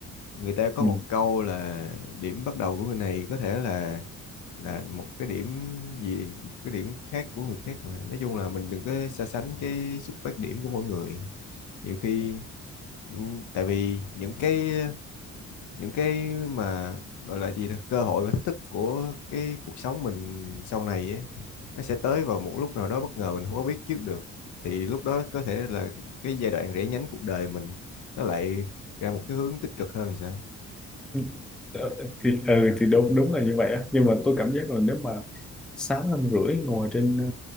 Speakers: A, on the left; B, in the centre.
A: người ta có
B: ừ,
A: một câu là điểm bắt đầu của người này có thể là là một cái điểm gì một cái điểm khác của người khác mà nói chung là mình đừng có so sánh cái xuất phát điểm của mỗi người nhiều khi ừ, tại vì những cái những cái mà gọi là gì ta, cơ hội và thách thức của cái cuộc sống mình sau này ấy, nó sẽ tới vào một lúc nào đó bất ngờ mình không có biết trước được thì lúc đó có thể là cái giai đoạn rẽ nhánh cuộc đời mình nó lại ra một cái hướng tích cực hơn thì sao
B: ừ, ờ, thì ừ, thì đúng đúng là như vậy á nhưng mà tôi cảm giác là nếu mà 6 năm rưỡi ngồi trên ờ,